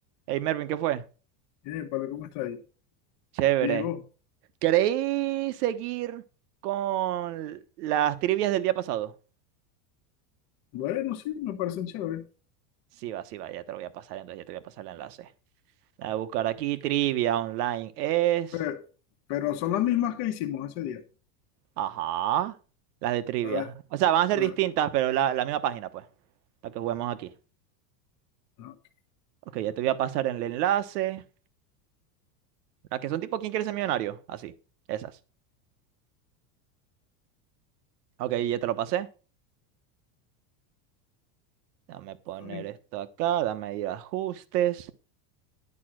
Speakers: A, on the right; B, on the left.
A: Hey Mervin, ¿qué fue?
B: Eh, vale, ¿cómo está ahí?
A: Chévere.
B: Bien, vos.
A: ¿Queréis seguir con las trivias del día pasado?
B: Bueno, sí, me parecen chéveres.
A: Sí, va, sí, va, ya te lo voy a pasar, entonces ya te voy a pasar el enlace. La de buscar aquí, trivia online es.
B: Pero, pero son las mismas que hicimos ese día.
A: Ajá. Las de trivia.
B: La de-
A: O sea, van a ser
B: la-
A: distintas, pero la, la misma página, pues, para que juguemos aquí.
B: no, aquí
A: Ok, ya te voy a pasar el enlace. Las que son tipo ¿Quién quiere ser millonario? Así, esas. Ok, ya te lo pasé. Dame poner
B: estoy.
A: esto acá, dame ir a ajustes.